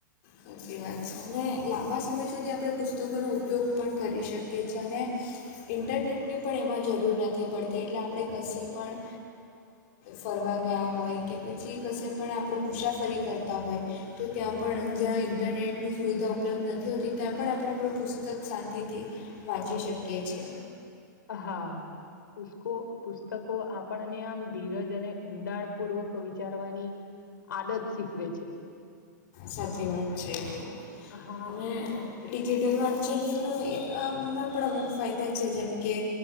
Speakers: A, on the left (about 40°); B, on the left (about 80°).
A: સાચી વાત છે અને લાંબા સમય સુધી આપણે પુસ્તકોનો ઉપયોગ પણ કરી શકીએ છે અને ઇન્ટરનેટની પણ એમાં જરૂર નથી પડતી એટલે આપણે કશે પણ ફરવા ગયા હોય કે પછી કશે પણ આપણે મુસાફરી કરતા હોય તો ત્યાં પણ જ્યાં ઇન્ટરનેટની સુવિધા ઉપલબ્ધ નથી હોતી ત્યાં પણ આપણે આપણું પુસ્તક શાંતિથી વાંચી શકીએ છી
B: હા પકો પુસ્તકો આપ આપણને આમ ધીરજ અને ઊંડાણ પૂર્વક વિચારવાની આદત શીખવે છે.
A: સાચી વાત છે તો
B: હા
A: મેં ડિજિટલ વાંચનનું એમાં પણ અમુક ફાયદા છે જેમ કે